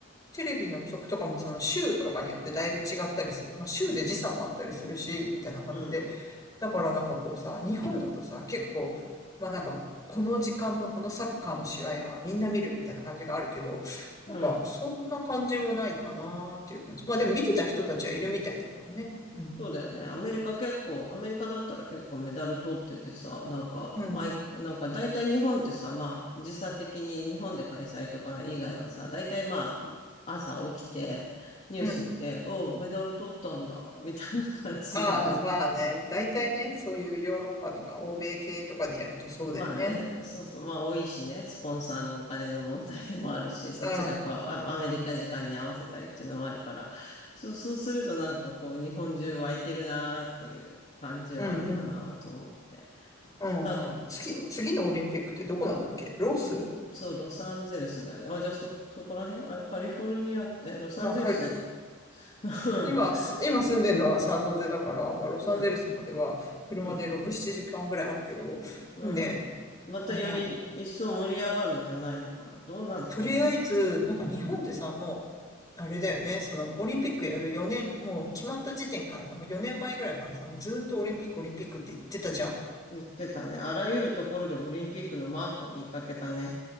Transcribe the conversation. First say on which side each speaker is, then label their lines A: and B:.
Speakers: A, on the left (about 20°); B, on the left (about 35°).
A: テレビの曲とかもその週とかによってだいぶ違ったりする。まあ週で時差もあったりするし、みたいな感じで。
B: うん、
A: だからなんかこうさ、日本だとさ、結構、まあなんか、この時間のこのサッカーの試合はみんな見るみたいな感じがあるけど、
B: うん。
A: なんかそんな感じもないかなーっていう感じ。まあでも見てた人たちはいるみたいだけどね。うん。
B: そうだよね。アメリカ結構、アメリカだったら結構メダル取っててさ、なんか、
A: うん。
B: 毎、なんか大体日本ってさ、まあ、時差的に日本で開催とか以外はさ、大体まあ、朝起きて、ニュース見て、
A: うん。
B: おう、メダル取ったんだ、みたいな感じになる。
A: ああ、まあね。大体ね、そういうヨーロッパとか欧米系とかでやるとそうだよね。
B: まあね、そうそう、まあ多いしね、スポンサーのお金の問題でもあるし、そっちがこう、
A: うん。
B: アアメリカ時間に合わせたりっていうのもあるから、そう、そうするとなんかこう、日本中湧いてるなーっていう感じはあるかなと思って。
A: うんうん。うんうん。
B: あ、
A: 次、
B: そう、
A: 次のオリンピックってどこなんだっけロス
B: そう、ロサンゼルスだよね。あ、じゃあそ、そこら辺あれ、カリフォルニア、え、ロサンゼルスって、
A: まあ、か
B: <laughs>
A: 今、す今住んでるのはサンノゼだから、まあ、ロサンゼルスまでは車で6、
B: うん、うん、
A: 7時間ぐらいあるけど、
B: うん。
A: でもね、
B: またより一層盛り上がるんじゃないのかな。
A: あんま、
B: どんな感じなの
A: とりあえず、なんか日本ってさ、
B: うん。
A: もう、あれだよね、その、オリンピックやる4年、もう決まった時点からさ、もう4年前ぐらいからさ、もうずーっとオリンピック、オリンピックって言ってたじゃん。
B: 言ってたね。あらゆるところでオリンピックのマークを見かけたね。